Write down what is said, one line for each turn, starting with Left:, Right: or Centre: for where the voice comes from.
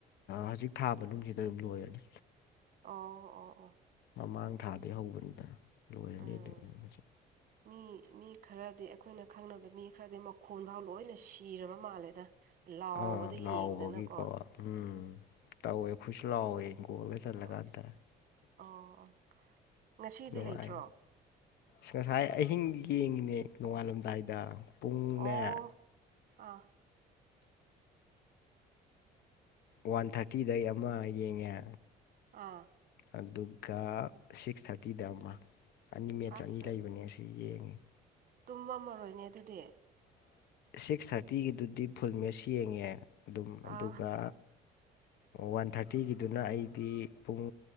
Left: ꯍꯧꯖꯤꯛ ꯊꯥ ꯃꯅꯨꯡꯁꯤꯗ ꯑꯗꯨꯝ ꯂꯣꯏꯔꯅꯤ
Right: ꯑꯣ ꯑꯣ ꯑꯣ
Left: ꯃꯃꯥꯡ ꯊꯥꯗꯒꯤ ꯍꯧꯕꯅꯤꯗꯅ ꯂꯣꯏꯔꯅꯤ
Right: ꯎꯝ
Left: ꯑꯗꯨ ꯃꯁꯤ
Right: ꯃꯤ ꯃꯤ ꯈꯔꯗꯤ ꯑꯩꯈꯣꯏꯅ ꯈꯪꯅꯕ ꯃꯤ ꯈꯔꯗꯤ ꯃꯈꯣꯟꯐꯥꯎ ꯂꯣꯏꯅ ꯁꯤꯔꯕ ꯃꯥꯜꯂꯦꯗ ꯂꯥꯎꯕꯗ
Left: ꯑꯥ ꯂꯥꯎꯕꯒꯤꯀꯣ
Right: ꯌꯦꯡꯗꯅꯀꯣ
Left: ꯎꯝ ꯇꯧꯒꯤ ꯈꯨꯁꯨ ꯂꯥꯛꯑꯣꯒꯣꯜꯗ ꯆꯜꯂꯒꯥꯟꯗ
Right: ꯑꯣ ꯑꯣ ꯉꯁꯤꯗꯤ
Left: ꯅꯨꯡꯉꯥꯏ
Right: ꯂꯩꯇ꯭ꯔꯣ
Left: ꯑ ꯉꯁꯥꯏ ꯑꯍꯤꯡꯗꯤ ꯌꯦꯡꯉꯤꯅꯦ ꯅꯣꯡꯉꯥꯜꯂꯝꯗꯥꯏꯗ ꯄꯨꯡꯅꯦ
Right: ꯑꯣ ꯑꯥ
Left: ꯋꯥꯟ ꯊꯥꯔꯇꯤꯗꯩ ꯑꯃ ꯌꯦꯡꯉꯦ
Right: ꯑꯥ
Left: ꯑꯗꯨꯒ ꯁꯤꯛꯁ ꯊꯥꯔꯇꯤꯗ ꯑꯃ ꯑꯅꯤ ꯃꯦꯠꯁ
Right: ꯑꯁ
Left: ꯑꯅꯤ ꯂꯩꯕꯅꯦ ꯑꯁꯤ ꯌꯦꯡꯉꯦ
Right: ꯇꯨꯝꯃꯝꯃꯔꯣꯏꯅꯦ ꯑꯗꯨꯗꯤ
Left: ꯁꯤꯛꯁ ꯊꯥꯔꯇꯤꯒꯤꯗꯨꯗꯤ ꯐꯨꯜ ꯃꯦꯁ ꯌꯦꯡꯉꯦ ꯑꯗꯨꯝ
Right: ꯑꯥ
Left: ꯑꯗꯨꯒ ꯋꯥꯟ ꯊꯥꯔꯇꯤꯒꯤꯗꯨꯅ ꯑꯩꯗꯤ ꯄꯨꯡ